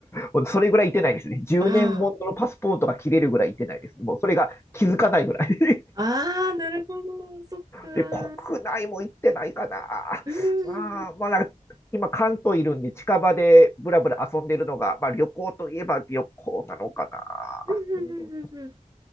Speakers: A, on the left; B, on the right.
A: もうそれぐらい行ってないですね。10年もののパスポートが切れるぐらい行ってないですね。
B: あ
A: もうそれが気づかないぐらい。<laughs>
B: あ、ああ、なるほど、そっか。うん、
A: で、国内も行ってないかな。
B: うん、
A: まあ、まあ、なんか今関東いるんで近場でぶらぶら遊んでるのが、まあ旅行といえば旅行なのかな。
B: うん、
A: う
B: うん、うん。